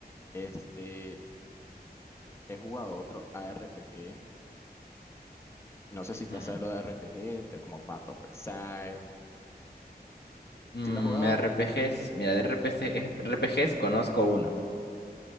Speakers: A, on the left (about 15°); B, on the left (about 80°).
A: este, he jugado otro ARPG No sé
B: Ujú.
A: si te hace lo de RPG, te- como Path of Exile.
B: Mm,
A: ¿Sí lo has jugado?
B: RPGs, mira, de RPG, es- RPGs conozco uno,